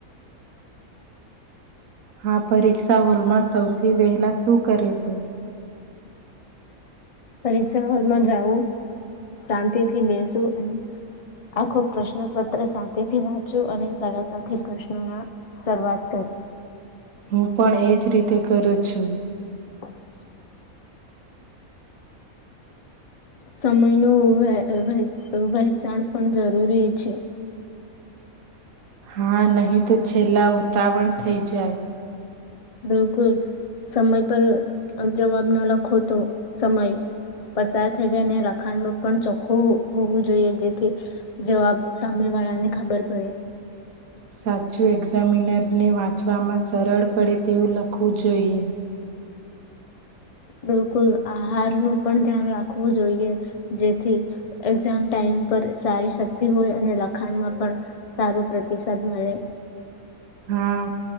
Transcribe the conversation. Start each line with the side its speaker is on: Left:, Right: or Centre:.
Right: હા પરીક્ષા હોલમાં સૌથી વહેલા શું કરે તું
Left: પરીક્ષા હોલમાં જવું શાંતિ થી બેસુ અને આખો પ્રશ્નપત્ર શાંતિથી વાંચો અને સરળતાથી પ્રશ્નોના શરૂઆત કરી
Right: હું પણ એજ રીતે કરું છું
Left: <inaudible> સમય ન <unintelligible> વહેચાણ પણ જરૂરી છે
Right: હા નહીં તો છેલ્લા ઉતાવળ થઈ જાય
Left: બિલકુલ સમય પર જવાબ ના લખો તો સમય પસાર થઈ જાય અનેને લખાણમાં પણ ચોખ્ખું હોવું જોઈએ જેથી જવાબ સામે વાળાને ખબર પડે
Right: સાચું એક્ઝામિનરને વાંચવામાં સરળ પડે તેવું લખવું જોઈએ
Left: બિલકુલ આહાર નું પણ ધ્યાન રાખવું જોઈએ જેથી એક્ઝામ ટાઈમ પર સારી શક્તિ હોય અને લખાણ માં પણ સારું પ્રતિસાદ મળે
Right: હા